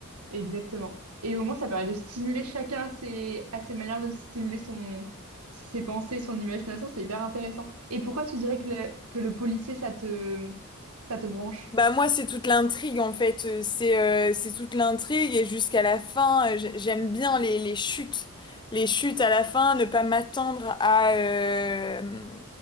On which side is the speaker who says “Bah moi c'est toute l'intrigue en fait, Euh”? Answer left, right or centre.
Left